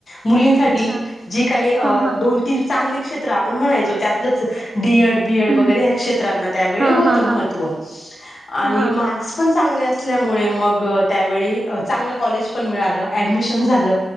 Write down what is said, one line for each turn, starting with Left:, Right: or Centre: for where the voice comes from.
Left: मुलींसाठी
Right: अच्छा
Left: जी काही अ
Right: हा हा
Left: दोन
Right: हा
Left: तीन चांगली क्षेत्र आपण म्हणायचो त्यातलंच डी एड, बी एड
Right: हम्म
Left: वगैरे ह्या क्षेत्रांना त्यावेळी
Right: हा
Left: होतं
Right: हा
Left: महत्त्व
Right: हा
Left: आणि
Right: हा
Left: मार्क्स पण चांगले अस सल्यामुळे मग त्यावेळी अ चांगल कॉलेज पण मिळाल, ऍडमिशन झाल.